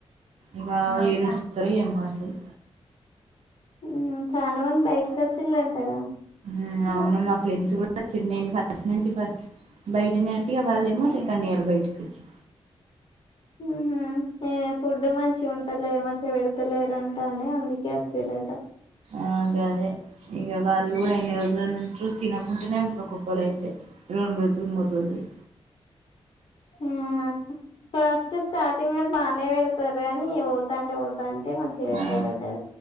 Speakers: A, on the right (about 80°); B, on the left (about 55°).
A: ఇగా ఏడుంచుతారో ఏమో అస్సలు
B: ఊ చానా మంది బయటికొచ్చిళ్ళంటగా
A: ఊ అవును మా ఫ్రెండ్స్ గూడొచ్చిలు నేన్ ఫస్ట్ నుంచిక్కడ బైటనే అంటిగ వాళ్ళేమో సెకండియర్ బయటికొచ్చి
B: ఉహూ ఆ ఫుడ్డు మంచిగుంటలే మంచిగ బెడుతలేరంట అని అందుకే అచ్చిర్రాట
A: ఆ గదె ఇగ వాళ్లుగూడ ఎన్ని రోజులనుంట్రు తినకుంటనే ఉంట్రొక్కలయితె రొండ్రోజుల్ మూడ్ రోజులు
B: ఆహా ఫస్ట్ స్టార్టింగ్ ల బానే వెడుతరు గనీ వోతాంటే వో తాంటే ఇగ మంచిగ వెట్టరటగా
A: ఆ